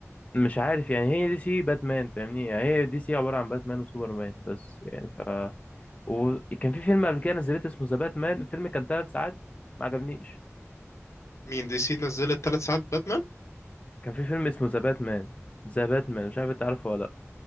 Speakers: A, on the left; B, on the left.
A: مش عارف يعني هي دي سي باتمان فاهمني يعني هي دي سي عبارة عن باتمان وسوبرمان بس يعني وكان في فيلم قبل كده نزلت اسمه ذا باتمان الفيلم كان ثلاث ساعات ما عجبنيش
B: مين دي سي نزلت ثلاث ساعات باتمان
A: كان في فيلم اسمه ذا باتمان ذا باتمان مش عارف انت عارفه ولا